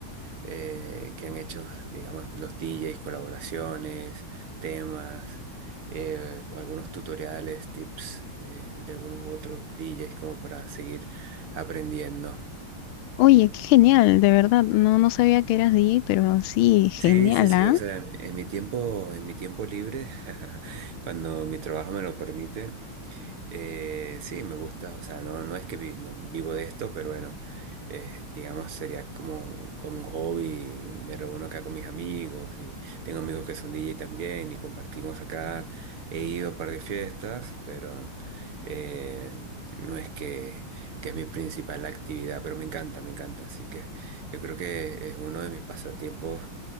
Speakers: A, on the right (about 85°); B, on the left (about 80°).
A: eh, que han hecho, digamos, los DJs, colaboraciones, temas eh, o algunos tutoriales, tips de, de algunos u otros DJs como para seguir aprendiendo.
B: Oye, qué genial, de verdad, no, no sabía que eras DJ, pero sí, genial,
A: Sí, sí, sí,
B: ah
A: o sea, en en mi tiempo, en mi tiempo libre, <laughs> cuando mi trabajo me lo permite, eh, sí, me gusta, o sea, no, no es que vi- no vivo de esto, pero bueno, eh, digamos, sería como, como un hobby, me reúno acá con mis amigos y tengo amigos que son DJ también y compartimos acá, he ido a un par de fiestas, pero eh, no es que, que es mi principal actividad, pero me encanta, me encanta, así que yo creo que es uno de mis pasatiempos